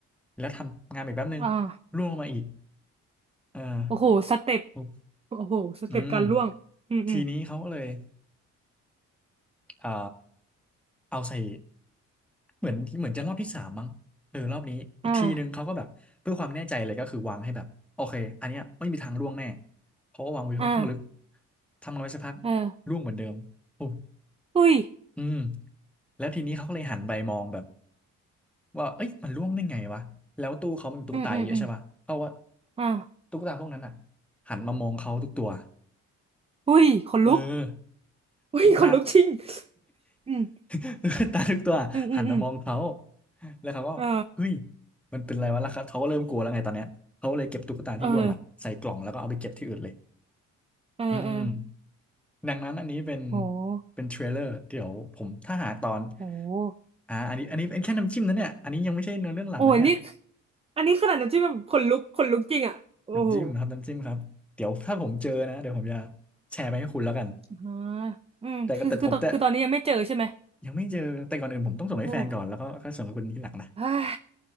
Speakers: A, in the centre; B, on the right.
A: แล้วทำงานอีกแป๊บนึง
B: อ่า
A: ร่วงลงมาอีกเออ
B: โอ้โหสเต็ป
A: ปุ๊บ
B: โอ้โหสเต็ปการล่วงอืมอืม
A: อืมทีนี้เขาก็เลย เอ่อเอาใส่เหมือนเหมือนจะรอบที่สามมั้งเออรอบนี้อีกทีนึงเขาก็แบบเพื่อความแน่ใจเลยก็คือวางให้แบบโอเคอันเนี้ยไม่มีทางร่วงแน่
B: อ่า
A: เพราะว่าวางไว้ค่อนข้างลึก
B: อ่า
A: ทำกันไปสักพัก
B: เออ
A: ร่วงเหมือนเดิมปุ๊บ
B: อุ้ย
A: อืมแล้วทีนี้เขาก็เลยหันไปมองแบบว่าเอ้ยมันร่วงได้ไงวะแล้วตู้เขามันมีตุ๊กตาเยอะใช่ปะเพราะว่า
B: อืมอืมอืมอ่า
A: ตุ๊กตาพวกนั้นอ่ะหันมามองเขาทุกตัว
B: อุ้ยขนลุก
A: เออ
B: อุ้ยขนลุกจริง
A: ตุ๊กตา
B: อืม
A: <laughs> ตุ๊กตาทุกตัวหันมามองเขา
B: อืมอืมอืม
A: แล้วเขาก็เฮ้ย
B: เออ
A: มันเป็นอะไรวะแล้วเขาเขาก็เริ่มกลัวแล้วไงตอนเนี้ยเขาเลยเก็บตุ๊กตาที่ร่วงอ่ะใส่กล่องแล้วก็เอาไปเก็บที่อื่นเลย
B: เออเออเออ
A: อืมดังนั้นอันนี้เป็น
B: โห
A: เป็นเทรลเลอร์เดี๋ยวผมถ้าหาตอน
B: โห
A: อ่าอันนี้อันนี้เป็นแค่น้ำจิ้มนะเนี่ยอันนี้ยังไม่ใช่เนื้อเรื่องหลักนะเนี่ย
B: โอ้ยนี่อันนี้ขนาดน้ำจิ้มแบบขนลุกขนลุกจริงอ่ะโอ้โห
A: น้ำจิ้มครับน้ำจิ้มครับเดี๋ยวถ้าผมเจอนะเดี๋ยวผมจะแชร์ไปให้คุณแล้วกัน
B: อ่าอืมคือคือตอนคือตอนนี้ยังไม่เจอใช่ไหม
A: แต่ก็แต่ผมจะยังไม่เจอแต่ก่อนอื่นผมต้องส่งให้แฟนก่อนแล้วก็ค่อยส่งให้คุณทีหลังนะ
B: โอ้เฮ้ย